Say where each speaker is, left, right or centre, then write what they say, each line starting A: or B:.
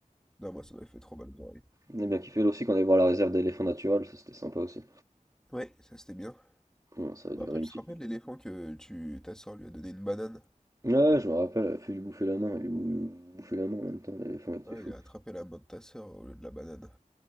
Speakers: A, in the centre; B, on the right.
A: Non, moi ça m'avait fait trop mal aux oreilles.
B: J'avais bien kiffé là aussi quand on allait voir la réserve d'éléphants naturels, ça c'était sympa aussi.
A: Ouais, ça c'était bien.
B: Ouais, ça a duré
A: Bah, après,
B: une
A: tu
B: petite.
A: te rappelles l'éléphant que tu... ta soeur lui a donné une banane?
B: Ouais, ouais, je me rappelle, elle a fait lui bouffer la main, elle lui bou- bouffait la main en même temps, l'éléphant était
A: Ouais,
B: fou.
A: il a attrapé la main de ta soeur au lieu de la banane.